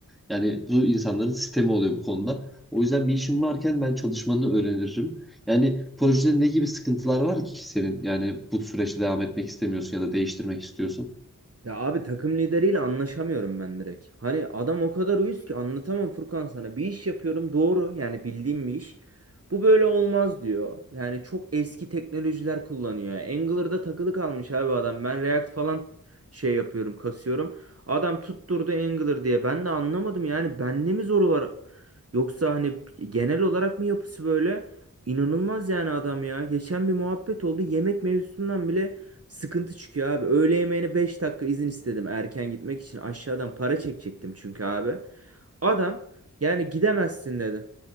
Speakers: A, in the centre; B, on the right.
A: yani bu insanların sistemi oluyor bu konuda. O yüzden bir işin varken ben çalışmanı öğrenirim. Yani projede ne gibi sıkıntılar var ki senin? Yani bu süreçte devam etmek istemiyorsun ya da değiştirmek istiyorsun.
B: Ya abi takım lideriyle anlaşamıyorum ben direkt. Hani adam o kadar uyuz ki anlatamam Furkan sana. Bir iş yapıyorum doğru yani bildiğim bir iş. Bu böyle olmaz diyor. Yani çok eski teknolojiler kullanıyor. Angular'da takılı kalmış abi adam. Ben React falan şey yapıyorum kasıyorum. Adam tutturdu Angular diye. Ben de anlamadım yani bende mi zoru var? Yoksa hani genel olarak mı yapısı böyle? İnanılmaz yani adam ya. Geçen bir muhabbet oldu. Yemek mevzusundan bile Sıkıntı çıkıyor abi. Öğle yemeğine 5 dakika izin istedim erken gitmek için. Aşağıdan para çekecektim çünkü abi. Adam yani gidemezsin dedi.